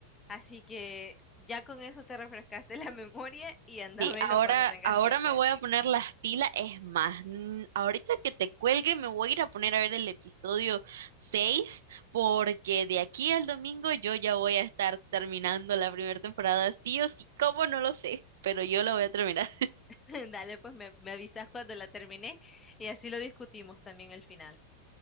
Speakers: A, on the left; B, on the right.
A: Así que ya con eso te refrescaste <laughs> la memoria y anda
B: Sí,
A: a verlo
B: ahora,
A: cuando tengas
B: ahora
A: tiempo.
B: me voy a poner las pilas, es más, mm, ahorita que te cuelgue me voy a ir a poner a ver el episodio 6 porque de aquí al domingo yo ya voy a estar terminando la primera temporada, sí o sí, cómo no lo sé, pero yo lo voy a terminar.
A: <laughs> Dale, pues me, me avisas cuando la termine y así lo discutimos también el final.